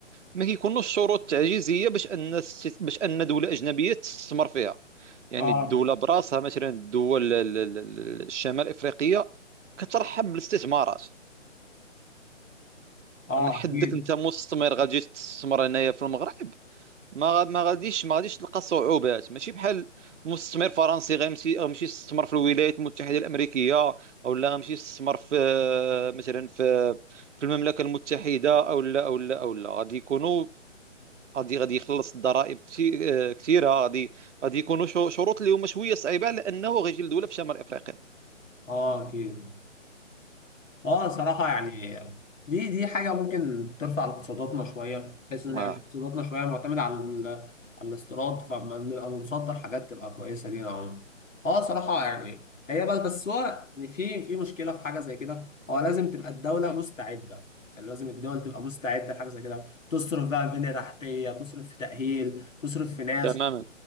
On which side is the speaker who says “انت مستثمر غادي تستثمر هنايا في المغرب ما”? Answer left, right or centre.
Right